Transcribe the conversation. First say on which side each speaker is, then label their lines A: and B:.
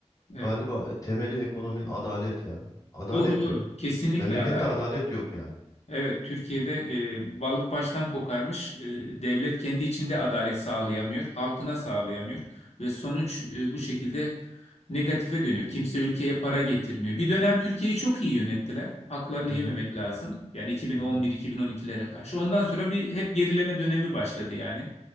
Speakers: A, on the left (about 65°); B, on the left (about 30°).
A: Evet.
B: Galiba temeli ekonominin adalet ya. Adalet
A: Doğru doğru.
B: yok.
A: Kesinlikle
B: Memlekette
A: adalet.
B: adalet yok yani.
A: Evet, Türkiye'de e, balık baştan kokarmış. E, devlet kendi içinde adalet sağlayamıyor, halkına sağlayamıyor ve sonuç e, bu şekilde negatife dönüyor. Kimse ülkeye para getirmiyor. Bir dönem Türkiye'yi çok iyi yönettiler. Haklarını
B: Hı
A: yememek
B: hı,
A: lazım. Yani 2011-2012'lere
B: hı hı.
A: karşı. Ondan sonra bir hep gerileme dönemi başladı yani.